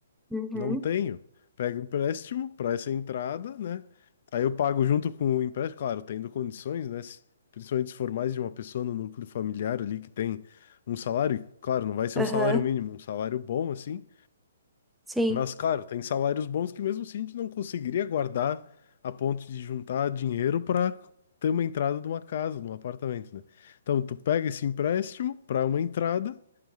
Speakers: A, in the centre; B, on the left.
A: Uhum.
B: Não tenho. Pega empréstimo para essa entrada, né? Aí eu pago junto com o empréstimo, claro, tendo condições, né? Se- Principalmente se for mais de uma pessoa no núcleo familiar ali que tem um salário, e, claro, não vai ser
A: Aham.
B: um salário mínimo, um salário bom assim,
A: Sim.
B: mas, claro, tem salários bons que mesmo assim a gente não conseguiria guardar a ponto de juntar dinheiro para ter uma entrada de uma casa, de um apartamento, né? Então, tu pega esse empréstimo para uma entrada